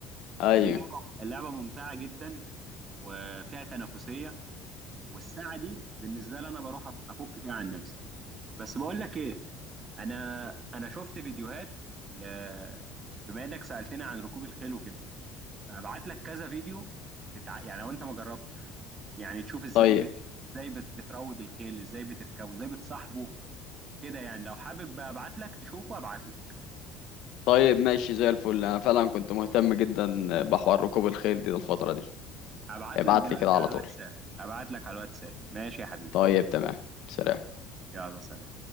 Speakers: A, on the left; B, on the right.
A: ايوه
B: اللعبه اللعبه ممتعه جدا وفيها تنافسيه والساعه دي بالنسبه لي انا بروح أف- افك فيها عن نفسي بس بقول لك ايه انا انا شفت فيديوهات ل... بما انك سالتني عن ركوب الخيل وكده فابعت لك كذا فيديو تتع... يعني لو انت ما جربتش يعني تشوف ازاي
A: طيب
B: بت... ازاي بت... بتروض الخيل ازاي بتركبه ازاي بتصاحبه كده يعني لو حابب بقى ابعت لك تشوفه ابعت لك
A: طيب ماشي زي الفل انا فعلا كنت مهتم جدا بحوار ركوب الخيل دي الفترة دي
B: هبعت
A: ابعت
B: لك دلوقتي
A: لي كده على
B: على الواتساب
A: طول
B: هبعت لك على الواتساب ماشي يا حبيبي
A: طيب تمام سلام
B: يلا سلام